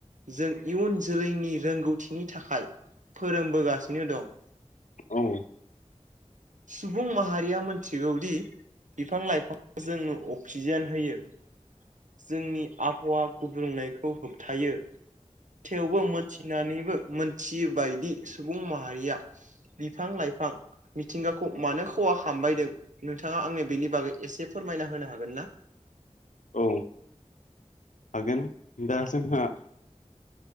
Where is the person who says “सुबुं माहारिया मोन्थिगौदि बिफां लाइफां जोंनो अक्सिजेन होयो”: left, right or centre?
Right